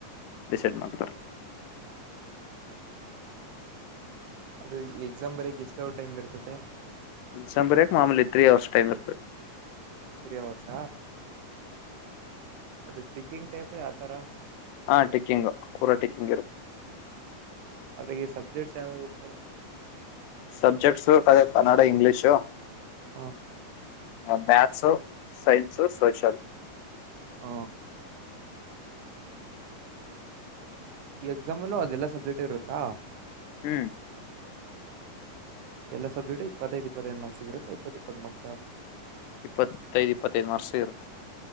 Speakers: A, on the left (about 80°); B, on the right (about 70°).
A: ಡಿಸೈಡ್ ಮಾಡ್ತಾರೆ <inaudible>
B: ಅದು ಎಕ್ಸಾಮ್ ಬರಕ್ ಎಷ್ಟ ಟೈಮ್ ಇರ್ತದೆ
A: ಸಂಬರ ಮಾಮೂಲಿ ಎತ್ರೀ ಅವರ್ಷ ಟೈಮ್ ಇರುತ್ತೆ
B: ರಿ ಅವರ್ಸ್ ಅದು ಟಿಕಿಂಗ್ ಟೈಪ್ ಯಾವತರ
A: ಹಾ ಟಿಕ್ಕಿಂಗ್ ಪೂರಾ ಟಿಕ್ಕಿಂಗ್ ಇರುತ್ತ
B: ಅದ್ರಾಗಿ ಸಬ್ಜೆಕ್ಟ್ಸ್ ಯಾವಾಗಿರ್ತದೆ
A: ಸಬ್ಜೆಕ್ಟ್ಸ್ ಕನ್ನಡ ಇಂಗ್ಲಿಷು
B: ಹಾ
A: ಹ ಮ್ಯಾಕ್ಸ್ ಸೈನ್ಸು ಸೋಷಲ್
B: ಹ ಈ ಎಕ್ಸಾಮ್ ಅಲ್ಲೂ ಅದೆಲ್ಲಾ ಸಬ್ಜೆಕ್ಟ್ ಇರುತ್ತಾ
A: ಹ್ಮ್
B: ಎಲ್ಲಾ ಸಬ್ಜೆಕ್ಟ್ ಇಪ್ಪತ್ತೈದು ಇಪ್ಪತ್ತೈ ಮಾರ್ಕ್ಸ್ ಸಿಗಿರುತ್ತಾ ಇಪ್ಪತ್ತ ಇಪ್ಪತ್ತು ಮಾರ್ಕ್ಸ್
A: ಇಪ್ಪತ್ತೈದು ಇಪ್ಪತ್ತೈದು ವರ್ಷ ಇರುತ್ತೆ